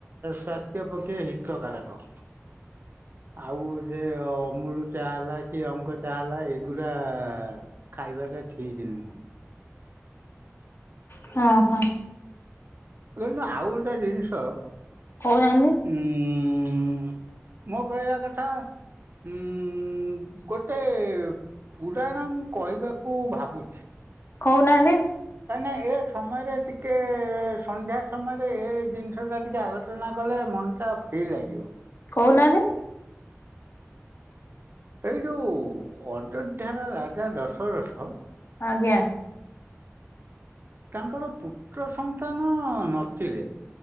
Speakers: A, on the right; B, on the left.
A: ସ୍ୱାସ୍ଥ୍ୟ ପକ୍ଷେ ହିତକାରକ। ଆଉ ସେ ଅମୁଲ ଚାହା ହେଲା କି ଅଙ୍କ ଚା ହେଲା। ଏଇଗୁଡା ଖାଇବା ଟା ଠିକିନୁହଁ
B: <unintelligible> ହଁ ହ
A: କଣ ନା ଆଉ ଗୋଟେ ଜିନିଷ
B: କହୁନାହାନ୍ତି
A: ଉଁ ମୋ କହିବା କଥା ଉଁ ଗୋଟେ ପୁରାଣ ମୁଁ କହିବାକୁ ଭାବୁଛି।
B: କହୁନାହାନ୍ତି।
A: କାହିଁକିନା ଏ ସମୟରେ ଟିକେ ସନ୍ଧ୍ୟା ସମୟରେ ଏ ଜିନିଷ ଟା ଟିକେ ଆଲୋଚନା କ କଲେ ମନ ଟା ଫ୍ରୀ ଲାଗିବ।
B: କହୁନାହାନ୍ତି।
A: ଏଇ ଯଉ ଅଯୋଧ୍ୟାର ରାଜା ଦଶରଥ।
B: ଆଜ୍ଞା।
A: ତାଙ୍କର ପୁତ୍ର ସନ୍ତାନ ନଥିଲେ।